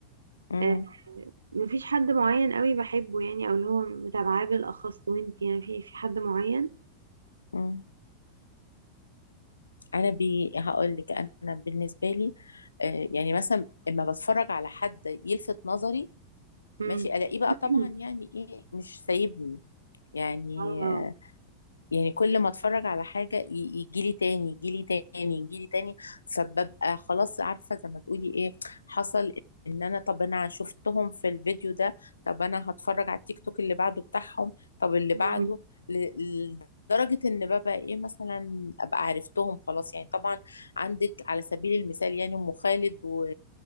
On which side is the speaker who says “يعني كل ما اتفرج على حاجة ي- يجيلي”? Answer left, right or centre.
Left